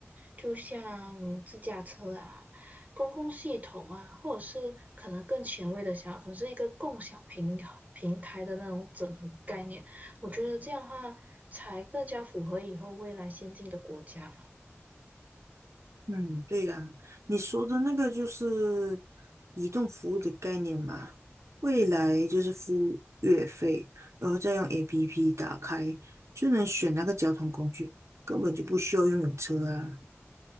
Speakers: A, on the right; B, on the right.
A: 就像自驾车啊、公共系统啊，或者是可能更前卫的想法，可能是一个共享平平台的那种整合概念。我觉得这样的话，才更加符合以后未来先进的国家吧。
B: 嗯，对呀、你说的那个就是移动服务的概念嘛，未来就是付月费，然后再用 APP 打开，就能选那个交通工具，根本就不需要拥有车啊。